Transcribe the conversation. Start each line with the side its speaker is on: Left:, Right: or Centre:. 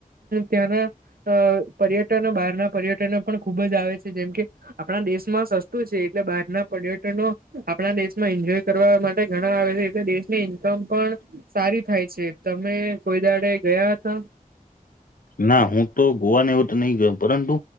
Right: ત્યાંના અ પર્યટનો બહારના પર્યટનો પણ ખુબ જ આવે છે જેમ કે આપણા દેશમાં સસ્તું છે એટલે બહાર ના પર્યટનો આપણા દેશમાં એન્જોય કરવા માટે ઘણા આવે છે એટલે દેશ ને ઈન્કમ પણ સારી થાય છે તમે કોઈદાડે ગયા હતા
Left: ના હું તો ગોવાને એવું તો નહી ગયો પરંતુ